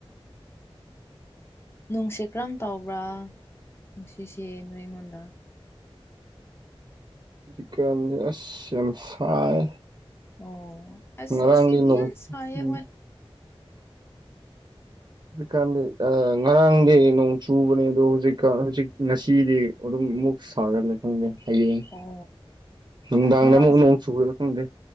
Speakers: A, on the left; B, on the right.
A: ꯅꯨꯡꯁꯦ ꯀꯔꯝ ꯇꯧꯕ꯭ꯔꯥ ꯅꯨꯡꯁꯤꯁꯤ ꯅꯣꯏ ꯏꯉꯣꯟꯗ
B: ꯍꯨꯖꯤꯛꯀꯥꯟꯖ ꯑꯁ ꯌꯥꯝ ꯁꯥꯏ
A: ꯑꯣ ꯑꯁ
B: ꯉꯔꯥꯡꯒꯤ
A: ꯉꯁꯤꯗꯤ
B: ꯅꯣꯡ
A: ꯌꯥꯝ ꯁꯥꯏꯌꯦ
B: ꯎꯝ
A: ꯍꯣꯏ
B: ꯍꯧꯖꯤꯛꯀꯥꯟꯗꯤ ꯑꯥ ꯉꯔꯥꯡꯗꯤ ꯅꯣꯡ ꯆꯨꯕꯅꯦ ꯑꯗꯣ ꯍꯨꯖꯤꯛꯀꯥꯟ ꯍꯨꯖꯤꯛ ꯉꯁꯤꯗꯤ ꯑꯗꯨꯨꯝ ꯃꯨꯛ ꯁꯥꯔ ꯂꯩ ꯈꯪꯗꯦ ꯍꯌꯦꯡ
A: ꯑꯣ
B: ꯅꯨꯡꯗꯥꯡꯗ
A: ꯉꯔꯥꯡ
B: ꯑꯃꯨꯛ ꯅꯣꯡ ꯆꯨꯒꯗ꯭ꯔ ꯈꯪꯗꯦ